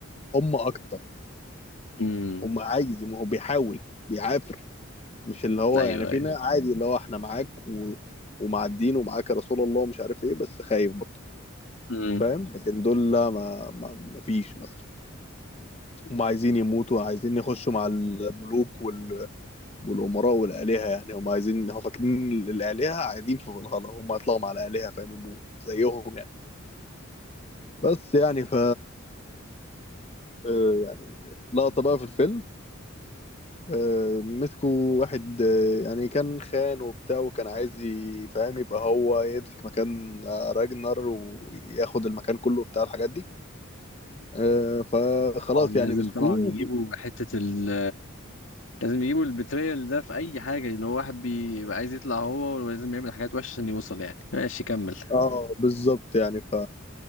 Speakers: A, on the left; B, on the left.
A: هم أكتر
B: امم
A: هم عايز يموت هو بيحاول بيعافر مش اللي هو
B: ايوه
A: يعني في
B: ايوه
A: ناس عادي اللي هو احنا معاك و... ومع الدين ومعاك يا رسول الله ومش عارف ايه بس خايف برضه
B: امم
A: فاهم لكن دول لا ما ما ما فيش مثلا هم عايزين يموتوا عايزين يخشوا مع الملوك وال... والامراء والالهه يعني هم عايزين هم فاكرين الالهه قاعدين في فالهالا هم هيطلعوا مع الالهه فاهم يبقوا زيهم يعني بس يعني ف آه، يعني لقطه بقى في الفيلم آه، مسكوا واحد آه، يعني كان خان وبتاع وكان عايز ي- فاهم يبقى هو يمسك مكان آه، راجنر وياخد المكان كله بتاع الحاجات دي آه، فخلاص
B: طبعا لازم
A: يعني مسكوه
B: طبعا يجيبوا حتة ال لازم يجيبوا البتريال ده في أي حاجة اللي هو واحد بيبقى عايز يطلع هو ولازم يعمل حاجات وحشة عشان يوصل يعني ماشي كمل
A: اه بالظبط يعني ف